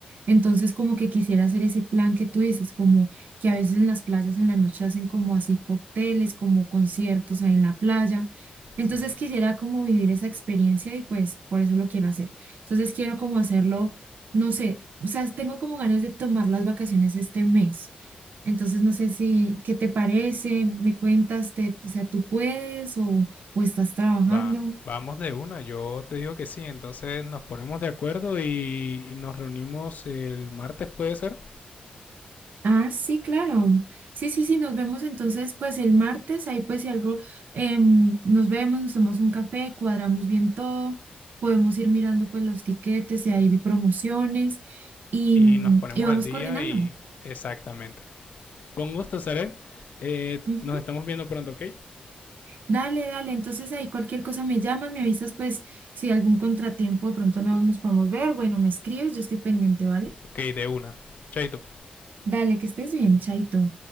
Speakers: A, on the right; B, on the left.
A: Entonces, como que quisiera hacer ese plan que tú dices, como que a veces en las playas en la noche hacen como así cócteles, como conciertos ahí en la playa. Entonces
B: Sí.
A: quisiera como vivir esa experiencia y pues por eso lo quiero hacer. Entonces quiero como hacerlo, no sé, o sea, tengo como ganas de tomar las vacaciones este mes. Entonces no sé si, ¿qué te parece? ¿Me cuentas? Te, o sea, ¿tú puedes o, o estás trabajando?
B: Va, vamos de una, yo te digo que sí, entonces nos ponemos de acuerdo y, y nos reunimos el martes puede ser
A: Ah, sí, claro. Sí, sí, sí, nos vemos entonces pues el martes, ahí pues si algo, em, nos vemos, nos tomamos un café, cuadramos bien todo, podemos ir mirando pues los tiquetes, si hay promociones y,
B: y
A: mm,
B: nos ponemos
A: y vamos
B: al día
A: coordinando.
B: y exactamente. Con gusto, Saret. Eh,
A: Ujú.
B: nos estamos viendo pronto, ¿ok?
A: Dale, dale, entonces ahí cualquier cosa me llamas, me avisas pues si algún contratiempo de pronto no nos podemos ver, bueno, me escribes, yo estoy pendiente, ¿vale?
B: Ok, de una. Chaito.
A: Dale, que estés bien, chaito.